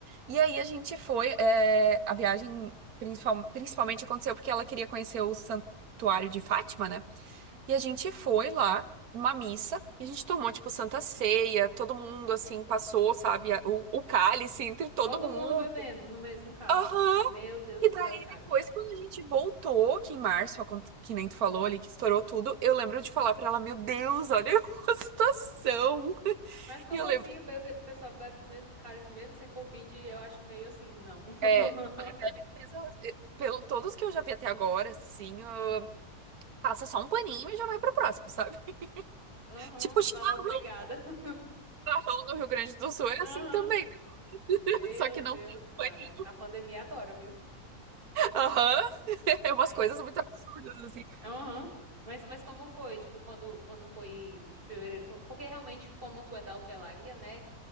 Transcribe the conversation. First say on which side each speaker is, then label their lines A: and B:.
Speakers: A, on the right (about 80°); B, on the right (about 35°).
A: E aí a gente foi, é, a viagem principal- principalmente aconteceu porque ela queria conhecer o Santuário de Fátima, né? E a gente foi lá, uma missa, e a gente tomou, tipo, Santa Ceia, todo mundo, assim, passou, sabe, a- o, o cálice entre todo
B: Todo
A: mundo.
B: mundo bebendo no mesmo cálice.
A: Aham!
B: Meu Deus
A: E
B: do
A: daí,
B: céu, cara.
A: depois, quando a gente voltou, que em março, acon- que nem tu falou ali, que estourou tudo, eu lembro de falar pra ela, meu Deus, olha <laughs> a situação.
B: Mas como
A: E eu
B: assim
A: lembro, que-
B: o, bebe- o pessoal bebe no mesmo cálice, mesmo sem Covid? Eu acho meio assim, não. <laughs>
A: é, a Pepe pensa, eh, pelo todos que eu já vi até agora, assim, ah, passa só um paninho e já vai pro próximo, sabe?
B: Uhum,
A: <laughs> Tipo, chimarrão,
B: não, obrigada. <laughs>
A: chimarrão no Rio Grande do Sul é
B: Uhum.
A: assim também. <laughs>
B: Meu
A: Só que
B: Deus,
A: não tem
B: cara.
A: paninho.
B: A pandemia adora, viu?
A: Aham. <laughs> É
B: Aí,
A: umas coisas muito absurdas, assim.
B: uhum. Mas, mas como foi? Tipo, quando, quando foi em fevereiro? Porque realmente, como tu é da hotelaria, né?